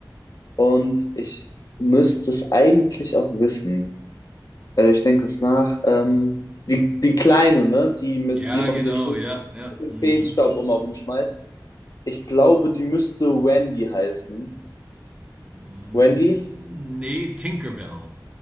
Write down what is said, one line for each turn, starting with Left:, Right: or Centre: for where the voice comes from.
Left: und ich müsste es eigentlich auch wissen. Äh, ich denke kurz nach. Ähm, die, die Kleine, ne? Die, mit,
Right: Ja,
Left: die immer
Right: genau,
Left: mit dem Feen-
Right: ja, ja.
Left: mit dem
Right: Mhm.
Left: Feenstaub immer rumschmeißt. Ich glaube, die müsste Wendy heißen.
Right: Hm,
Left: Wendy?
Right: Nee, Tinkerbell.